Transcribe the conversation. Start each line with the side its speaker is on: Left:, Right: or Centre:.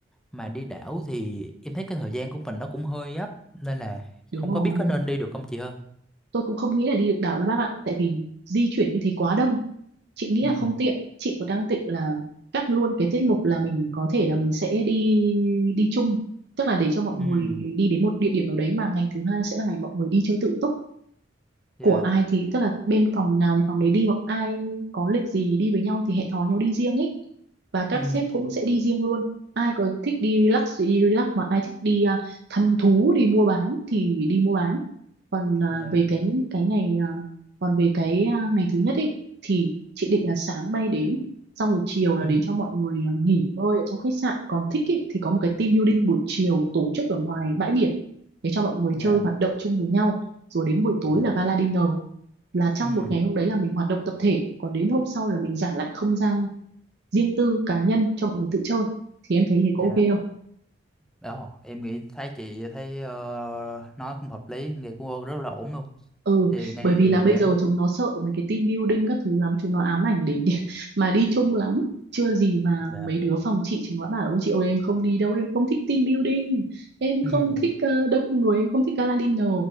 Centre: mà đi đảo thì em thấy cái thời gian của mình nó cũng hơi gấp nên là
Right: đúng
Centre: không
Right: rồi
Centre: có biết có nên đi được không chị ha.
Right: tôi cũng không nghĩ là đi được đảo đâu bác ạ tại vì di chuyển như thế quá đông chị nghĩ
Centre: Ừ.
Right: là không tiện chị có đang định là cắt luôn cái tiết mục là mình có thể là mình sẽ đi đi chung tức là để cho mọi người
Centre: Ừ.
Right: đi đến một địa điểm nào đấy mà ngày thứ hai sẽ là ngày mọi người đi chơi tự túc
Centre: Dạ.
Right: của ai thì tức là bên phòng nào thì phòng đấy đi hoặc ai có lịch gì đi với nhau thì hẹn hò nhau đi riêng ý và các
Centre: Ừ.
Right: sếp cũng sẽ đi riêng luôn ai có thích đi relax thì đi relax mà ai thích đi à, thăm thú đi mua bán thì đi mua bán còn à,
Centre: Dạ.
Right: về cái cái ngày à, còn về cái à, ngày thứ nhất ấy thì chị định là sáng bay đến xong rồi chiều
Centre: Ừ,
Right: là để cho mọi người à, nghỉ ngơi ở trong khách sạn còn thích ý, thì có một cái team building buổi chiều tổ chức ở ngoài bãi biển để cho mọi người
Centre: dạ,
Right: chơi hoạt động chung với nhau rồi đến buổi tối
Centre: dạ,
Right: là gala dinner là trong
Centre: ừ,
Right: một ngày hôm đấy là mình hoạt động tập thể còn đến hôm sau là mình giả lại không gian riêng tư cá nhân cho mọi người tự chơi thì em thấy thế có
Centre: dạ.
Right: ok không
Centre: Ồ, em nghĩ thấy chị thấy ờ, nói cũng hợp lý, nghe cũng rất là ổn luôn.
Right: ừ
Centre: Thì này
Right: bởi vì là
Centre: để,
Right: bây giờ chúng nó sợ mấy cái team building các thứ lắm chúng nó ám ảnh để, để <laughs> mà đi chung lắm chưa gì mà
Centre: dạ,
Right: mấy đứa phòng chị chúng nó bảo ôi chị ơi em không đi đâu em không thích team building em
Centre: ừ,
Right: không thích ờ, đông người em không thích gala dinner